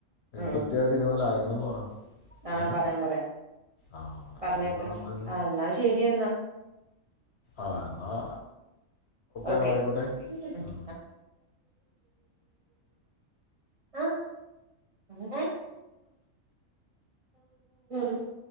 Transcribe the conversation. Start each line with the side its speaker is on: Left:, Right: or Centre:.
Right: ഉം
Left: കൃത്യയിട്ട് ഇനി മുതൽ അയക്കണം ന്ന് പറ.
Right: ആ
Left: ഏ
Right: പറയാം പറയാം
Left: ആ അല്ലാതെ
Right: പറഞ്ഞേക്ക
Left: ഇപ്പം നമ്മൾ
Right: ആ എന്നാ ശരി എന്നാ.
Left: ആ എന്നാൽ
Right: ഓക്കെ
Left: എന്നാൽ ആയിക്കോട്ടെ
Right: ആ. <unintelligible>
Left: ഉം.
Right: ആ <unintelligible> <unintelligible>